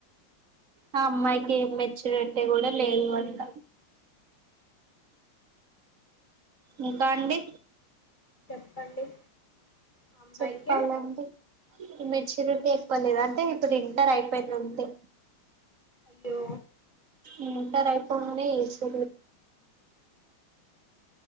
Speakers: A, on the right; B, on the left.
A: ఆ అమ్మాయికి మెచ్చురిటీ కూడా లేదు అంట ముకాండి
B: చెప్పండి ఆ అమ్మాయికే
A: చెప్పాలండి మెచ్యూరిటీ ఎక్కువలేదు అంటే ఇప్పుడు ఇంటర్ అయిపోయింది ఉంటే
B: అయ్యో
A: ఇంటర్ అయిపోగనేజేశి